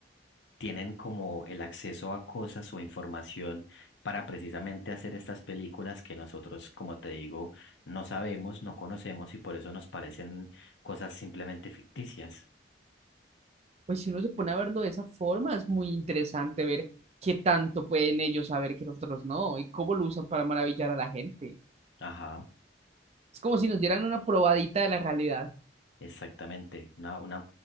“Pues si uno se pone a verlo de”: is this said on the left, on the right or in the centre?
Right